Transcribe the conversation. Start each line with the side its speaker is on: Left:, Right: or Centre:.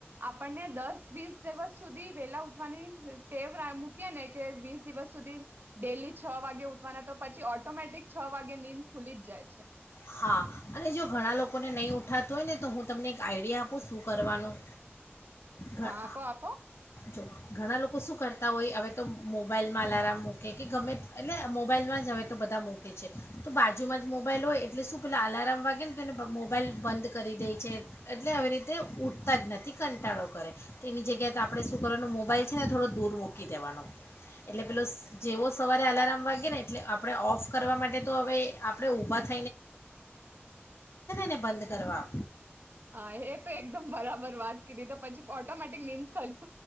Right: આપણને દસ વીસ દિવસ સુધી વેલા ઉઠવાની ટેવ મૂકીએ ને કે વીસ દિવસ સુધી, ડેલી છ વાગે ઉઠવાના તો પછી ઓટોમેટિક છ વાગે નીમ ખુલી જ જાય છે. છે.
Left: હા અને, જો ઘણા લોકોને નહીં ઉઠાતું હોય ને તો હું તમને એક આઈડિયા આપું શું કરવાનું. ઘ-
Right: હા તો આપો.
Left: જો ઘણા લોકો શું કરતા હોય હવે તો મોબાઈલમાં અલાર્મ મૂકે કે ગમે એટલે મોબાઈલમાં જ હવે તો બધા મૂકે છે, તો બાજુમાં જ મોબાઈલ હોય એ એટલે શું પેલાં અલાર્મ વાગે ને તો એને મોબાઈલ બંધ કરી દે છે એટલે આવી રીતે ઊઠતા જ નથી કંટાળો કરે, તે એની જગ્યાએ તો આપણે શું કરવાનું મોબાઈલ છે ને થોડો દૂર મૂકી દેવાનો, એટલે પેલો જેવો સવારે અલાર્મ વાગે ને એટલે આપણે ઓફ કરવા માટે તો હવે આપણે ઊભા થ એને બંધ કરવા
Right: હા એ તો એકદમ બરાબર વાત કીધી તો પછી ઓટોમેટિક નિંદકલી